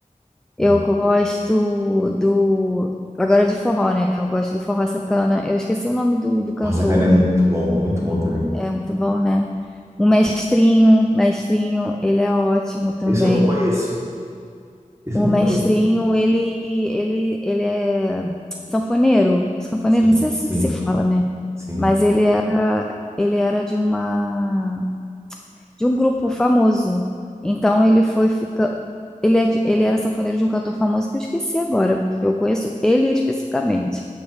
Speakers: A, in the centre; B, on the right.
A: eu
B: Hum.
A: gosto do. Agora de forró, né? Eu gosto do Forró Sacana. Eu esqueci o nome do, do cantor.
B: Porra, Sacana é muito bom, muito bom também.
A: É muito bom, né? O Mestrinho, Mestrinho, ele é ótimo também.
B: Esse eu não conheço. Esse
A: O
B: eu não
A: mestrinho,
B: conheço.
A: ele, ele, ele é sanfoneiro. Sanfoneiro,
B: Sim,
A: não sei assim
B: sim,
A: que se fala, né?
B: sim.
A: Mas ele era, ele era de uma, de um grupo famoso. Então ele foi fica, ele, é de- ele era sanfoneiro de um cantor famoso que eu esqueci agora, porque eu conheço ele especificamente.